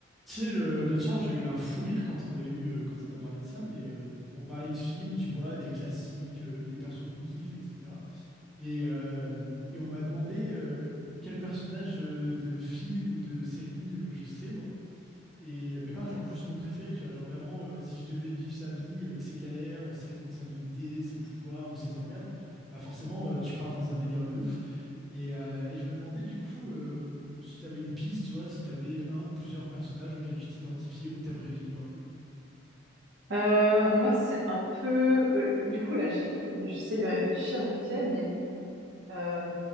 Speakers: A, in the centre; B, on the right.
A: Tu sais, le- l'autre soir, j'ai eu un fou rire quand on a eu, euh, quand on a parlé de ça, mais euh, on parlait de films, tu vois, des classiques, euh, des persos qu'on kiffe, etc. Et, euh, et on m'a demandé euh, quel personnage euh, de film ou de série euh, je serais, moi. Et, euh, mais pas genre juste mon préféré, tu vois. Genre vraiment, euh, si je devais vivre sa vie avec ses galères, euh, ses responsabilités, ses pouvoirs ou ses emmerdes, bah forcément, euh, tu pars dans un délire de ouf. Et, euh, et je me demandais du coup euh, si tu avais une piste, soit si tu avais un ou plusieurs personnages auxquels tu t'identifiais ou que t'aimerais vivre leur vie.
B: Euh, moi, c'est un peu. euh, du coup, là, j'y- j'essaie de réfléchir vite fait, mais euh,